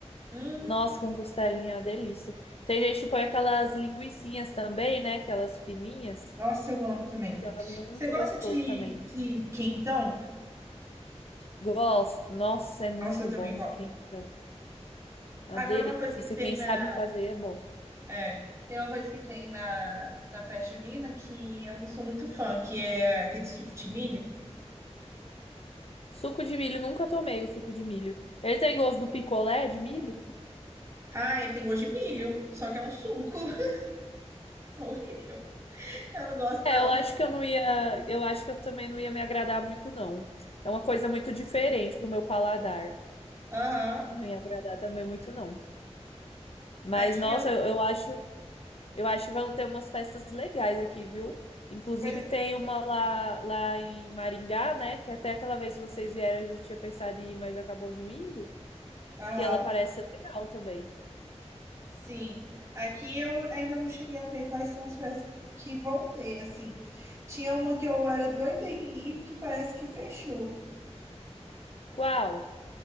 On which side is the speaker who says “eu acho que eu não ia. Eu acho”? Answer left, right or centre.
Left